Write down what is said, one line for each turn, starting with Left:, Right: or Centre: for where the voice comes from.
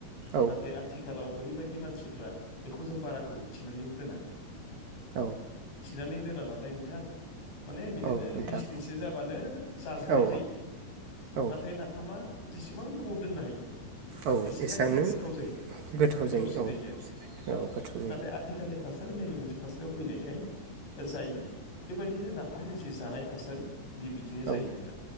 Right: औ
Left: नाथाय आथिखालाव ओरैबायदि मानसिफ्रा बेखौ जों बारा गोबाव थिनानैबो दोना
Right: औ
Left: थिनानै दोना नालाय नोंथां माने बिदिनो
Right: औ नोंथां
Left: बिस दिनसो जाबानो जाजेननाय
Right: औ
Left: जायो
Right: औ
Left: नाथाय ना नाफामा जेसेबां गोबाव दोननो हायो
Right: औ
Left: एसेबांखिनि
Right: एसेबांनो
Left: गोथाव जायो
Right: गोथाव
Left: गोथावसिन
Right: औ
Left: जायो आरो औ
Right: गोथाव जायो
Left: नाथाय आथिखालनि थासारियाव नैबे मोनसे थासारियाव फैनायखाय जायो बेबायदिनो नाफामनि जि जानाय थासारि बे बिदिनो
Right: औ
Left: जायो नोंथां